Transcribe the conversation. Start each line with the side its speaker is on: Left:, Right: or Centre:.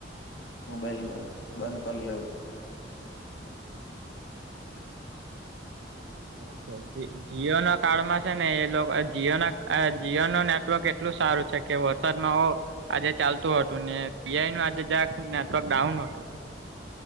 Left: મોબાઈલમાં બંધ કરી લેવું
Right: બરાબર છે જીઓ ના કાળમાં છે ને એ લોકો જીઓ ના જીઓ ન નેટવર્ક એટલું સારું છે કે વરસાદ માં આજે ચાલતું હતું ને પીઆઈ નું આજે જ નેટવર્ક ડાઉન હતું